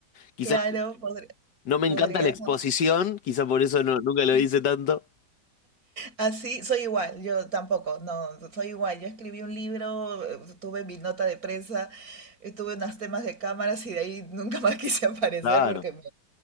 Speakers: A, on the left; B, on the right.
A: Quizás
B: claro, podría,
A: no me
B: podrías.
A: encanta la exposición,
B: ¿no?
A: quizás por eso no- nunca lo hice tanto.
B: Así, soy igual, yo tampoco, no, soy igual. Yo escribí un libro, eh, tuve mi nota de prensa, eh, tuve unos temas de cámaras y de ahí nunca más <laughs> quise aparecer
A: Claro.
B: porque me...